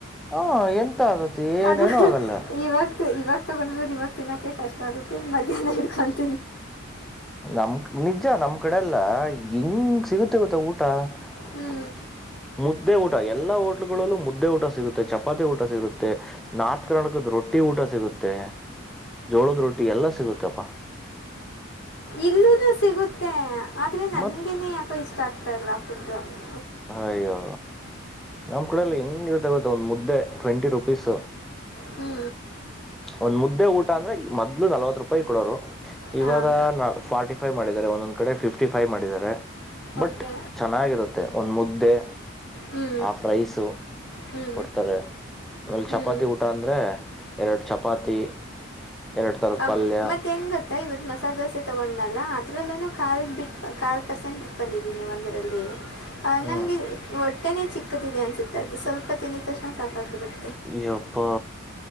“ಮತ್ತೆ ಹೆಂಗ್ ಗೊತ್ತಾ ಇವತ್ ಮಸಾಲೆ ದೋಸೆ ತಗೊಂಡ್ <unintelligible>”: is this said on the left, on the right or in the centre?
Left